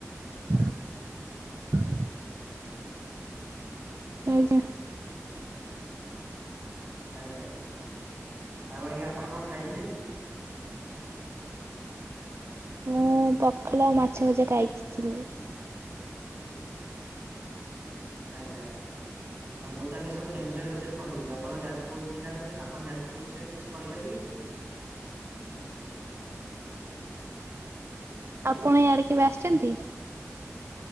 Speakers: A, on the right; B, on the right.
A: <inaudible> ଆଜ୍ଞା।
B: ଆଜ୍ଞା ଆଉ ଆଜ୍ଞା ଆପଣ କଣ ଖାଇଥିଲେ ଆଜି?
A: ମୁଁ ପଖାଳ ମାଛ ଭଜା ଖାଇଥିଲି।
B: ଆଜ୍ଞା। ଆ ମୁଁ ତ ଆଜ୍ଞା ସବୁ କେନ୍ଦୁଝର ବିଷୟରେ କହିଦେଲି ଆପଣ ଯାଜପୁର୍ ଜିଲ୍ଲା ରତ ଆପଣ ଯାଜପୁର ବିଷୟରେ କିଛି କହିପାରିବେ କି?
A: ଆପଣ ଇଆଡେ କେବେ ଆସିଛନ୍ତି?